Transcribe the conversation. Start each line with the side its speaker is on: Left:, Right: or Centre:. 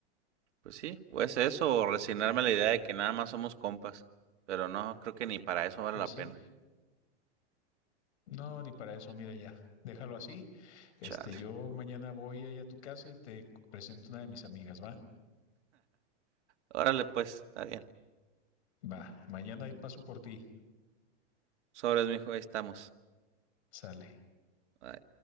Right: Pues sí, o es eso, o resignarme a la idea de que nada más somos compas. Pero no, creo que ni para eso vale
Left: Pues
Right: la
Left: sí.
Right: pena.
Left: No, ni para eso, mira ya, déjalo así. Este,
Right: Chale.
Left: yo mañana voy ahí a tu casa y te presento una de mis amigas, ¿va?
Right: Órale, pues, está bien.
Left: Va, mañana ahí paso por ti.
Right: Sobres, mijo, ahí estamos.
Left: Sale.
Right: Ay.